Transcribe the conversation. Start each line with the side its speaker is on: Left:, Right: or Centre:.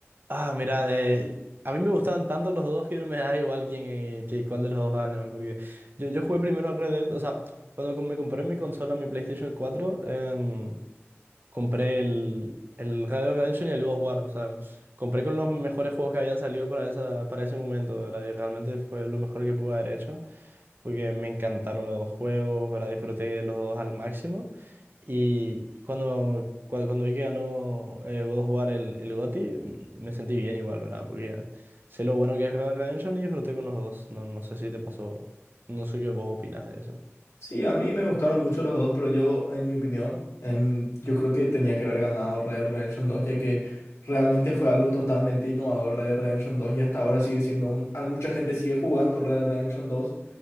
Right: Ah, mira, eh, a mí me gustaban tanto los dos que me da igual quién, eh, que cuál de los dos ganan, porque yo, yo jugué primero a Red Dead, o sea, cuando com- me compré mi consola, mi PlayStation cuatro. em, compré el, el Red Dead Redemption y el God of War. O sea, compré con los mejores juegos que habían salido para, esa, para ese momento, ¿verdad? Y realmente fue lo mejor que pude haber hecho, porque me encantaron los dos juegos, ¿verdad? Disfruté de los dos al máximo. Y cuando, cua- cuando, vi que ganó eh, God of War el, el GOTY, mm, me sentí bien igual, ¿verdad? Porque sé lo bueno que es Red Dead Redemption y disfruté con los dos. No, no sé si te pasó, no sé qué vos opinas de eso.
Left: Sí, a mí me gustaron mucho los dos, pero yo, en mi opinión, em, yo creo que tenía que haber ganado Red Dead Redemption dos, ya que realmente fue algo totalmente innovador Red Dead Redemption dos, y hasta ahora sigue siendo un... al- Mucha gente sigue jugando Red Dead Redemption dos